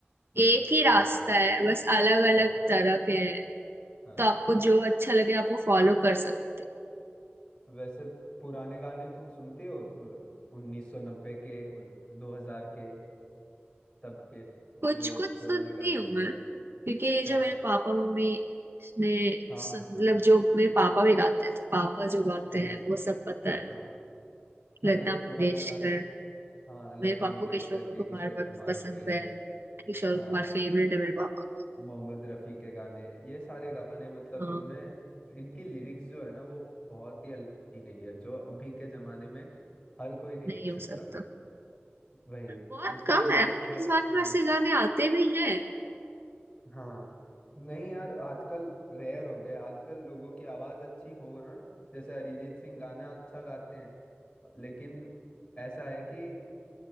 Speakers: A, on the left; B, on the right.
A: हाँ
B: एक ही रास्ता
A: सही बात है
B: है बस अलग अलग
A: हाँ
B: तरह के हैं
A: हाँ
B: तो आपको जो अच्छा लगे आप वो फॉलो कर सकते हो।
A: वैसे पुराने गाने तुम सुनती हो उन्नीस सौ नब्बे के दो हजार के तब के
B: कुछ
A: जो
B: कुछ
A: पुराने
B: सुनती
A: गाने
B: हूँ
A: हो
B: मैं
A: गए
B: क्योंकि ये जो
A: हाँ
B: मेरे पापा मम्मी ने
A: हाँ
B: सुन
A: हाँ हाँ
B: मतलब जो मेरे पापा भी गाते हैं तो पापा जो गाते
A: हाँ हाँ
B: हैं वो सब पता है
A: हाँ
B: लता
A: अरे
B: मंगेशकर
A: पुराने गाने हाँ लता
B: मेरे पापा
A: मंगेशकर
B: को किशोर
A: के
B: कुमार
A: किशोर
B: बहुत
A: कुमार
B: पसंद
A: के
B: है किशोर
A: हाँ
B: कुमार फेवरेट है मेरे पापा का।
A: मोहम्मद रफ़ी के गाने ये सारे गाने मतलब
B: हाँ
A: इनमें इनकी लिरिक्स जो है ना वो बहुत ही अलग की गई है जो अभी के जमाने में हर कोई नहीं
B: नहीं
A: लिख सकता
B: हो सकता
A: वही
B: बहुत
A: उसकी
B: कम
A: लिरिक्स
B: है अभी
A: के
B: के
A: हम्म,
B: जमाने में ऐसे गाने आते भी हैं
A: हाँ नहीं यार आजकल रेयर हो गया आजकल लोगों की आवाज अच्छी हो ना जैसे अरिजीत सिंह गाना अच्छा गाते हैं लेकिन ऐसा है कि